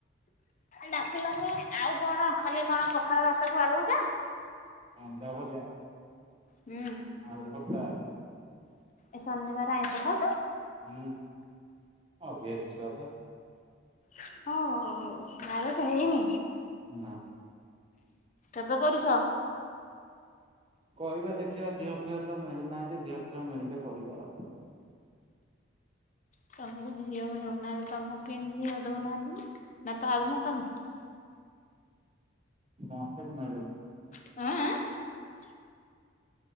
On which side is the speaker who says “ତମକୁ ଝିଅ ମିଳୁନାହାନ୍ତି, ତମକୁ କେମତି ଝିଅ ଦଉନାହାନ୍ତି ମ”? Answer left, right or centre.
Left